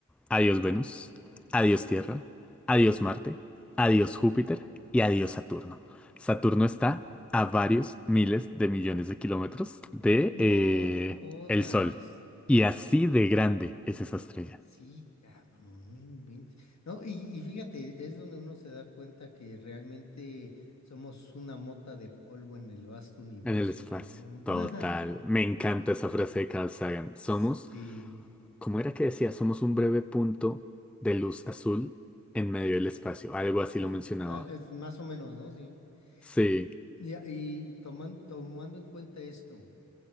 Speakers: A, in the centre; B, on the left.
A: Adiós Venus, adiós Tierra, adiós Marte, adiós Júpiter y adiós Saturno. Saturno está a varios miles de millones de kilómetros de
B: No
A: eh,
B: jodas.
A: el Sol. Y así de grande es esa estrella
B: Sí, cabrón, no no inventes. No, y, y fíjate, es donde uno se da cuenta que realmente somos una mota de polvo en el vasto universo,
A: en el espacio.
B: ¿no?
A: Total.
B: <laughs>
A: Me encanta esa frase de Carl Sagan. Somos,
B: Sí,
A: cómo era que decía? Somos un breve punto de luz azul en medio del espacio. Algo así
B: sí.
A: lo mencionaba.
B: Ah, es más o menos, ¿no? Sí.
A: Sí.
B: Pe- Y, y toman- tomando en cuenta esto,